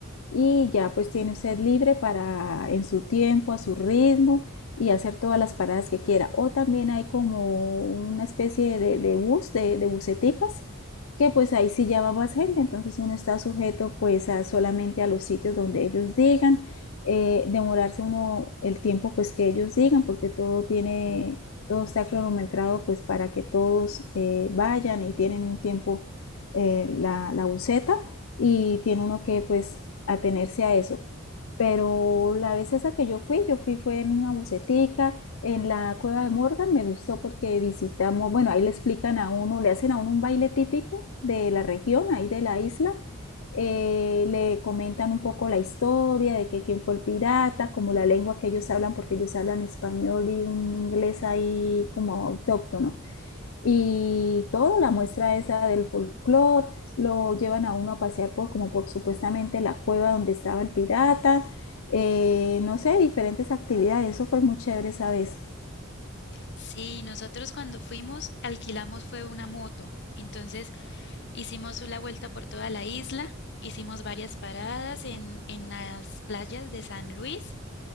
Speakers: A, on the left (about 85°); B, on the left (about 60°).
A: Y ya pues tiene usted libre para en su tiempo, a su ritmo y hacer todas las paradas que quiera. O también hay como una especie de, de bus, de, de buseticas que pues ahí sí ya va más gente, entonces uno está sujeto pues a solamente a los sitios donde ellos digan, eh, demorarse uno el tiempo pues que ellos digan, porque todo tiene, todo está cronometrado pues para que todos eh, vayan y tienen un tiempo eh, la, la buseta y tiene uno que pues atenerse a eso. Pero la vez esa que yo fui, yo fui fue en una bucetica, en la cueva de Morgan, me gustó porque visitamos, bueno, ahí le explican a uno, le hacen a uno un baile típico de la región, ahí de la isla, eh, le comentan un poco la historia de que quién fue el pirata, como la lengua que ellos hablan, porque ellos hablan español y un inglés ahí como autóctono y toda la muestra esa del folclore, lo llevan a uno a pasear por como por supuestamente la cueva donde estaba el pirata, eh, no sé, diferentes actividades, eso fue muy chévere esa vez.
B: Sí, nosotros cuando fuimos alquilamos fue una moto. Entonces hicimos la vuelta por toda la isla, hicimos varias paradas en, en las playas de San Luis,